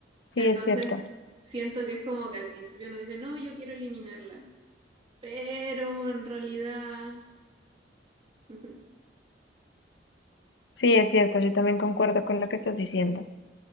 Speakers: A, on the left; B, on the right.
A: Sí,
B: Entonces,
A: es cierto.
B: siento que es como que al principio uno dice, no, yo quiero eliminarla, pero en realidad, <laughs>
A: Sí, es cierto, yo también concuerdo con lo que estás diciendo.